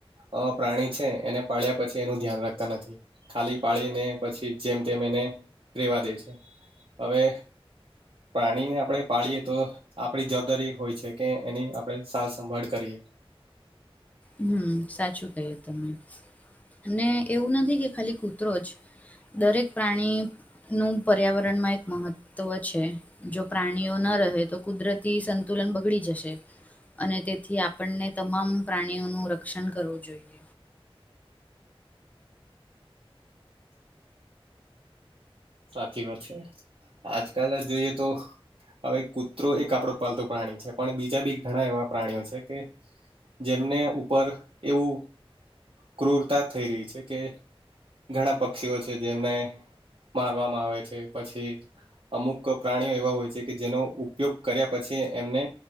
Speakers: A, on the right; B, on the left.
A: અ પ્રાણી છે એને પાડ્યા પછી એનું ધ્યાન રાખ ખાલી પાડીને પછી જેમ તેમ એને રેવા દે છે હવે પ્રાણીને આપણે પાળીએ તો આપણી જવાબદારી હોય છે કે એની આપણે સાર સંંભાળ કરીએ
B: હમ સાચું કહીએ તમે અને એવું નથી કે ખાલી કૂતરો જ દરેક પ્રાણી નું પર્યાવરણમાં એક મહત્વ છે જો પ્રાણીઓ ન રહે તો કુદરતી સંતુલન બગડી જશે અને તેથી આપણને તમામ પ્રાણીઓનું રક્ષણ કરવું જોઈએ
A: સાચી વાત છે આજકાલ જોઈએ તો હવે કૂતરો એક આપડો પાલતું પ્રાણી છે પણ બીજા બી ઘણા એવા પ્રાણીઓ છે કે જેમને ઉપર એવું ક્રૂરતા થઈ રહી છે કે ઘણા પક્ષીઓ છે જેમને મારવામાં આવે છે પછી અમુક પ્રાણીઓ એવા હોય છે કે જેનો ઉપયોગ કર્યા પછી એમને